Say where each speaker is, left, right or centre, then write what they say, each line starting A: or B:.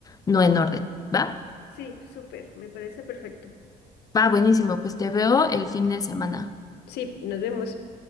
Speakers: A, on the left; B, on the left.
A: no en orden, ¿va?
B: Sí, súper, me parece perfecto.
A: Va, buenísimo, pues te veo el fin de semana.
B: Sí, nos vemos.